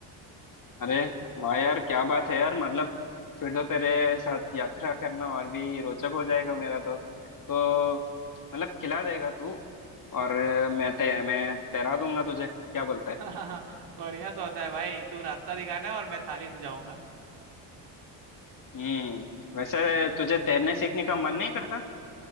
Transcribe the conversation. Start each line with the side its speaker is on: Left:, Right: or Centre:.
Left: अरे वाह यार क्या बात है यार मतलब फिर तो तेरे साथ यात्रा करना और भी रोचक हो जाएगा मेरा तो तो मतलब खिला देगा तू और मैं ते, मैं तैरा दूंगा तुझे क्या बोलता है
Right: <laughs> बढ़िया सौदा है भाई तू रास्ता दिखाना और मैं थाली सजाऊंगा
Left: हम्म वैसे तुझे तैरने सीखने का मन नहीं करता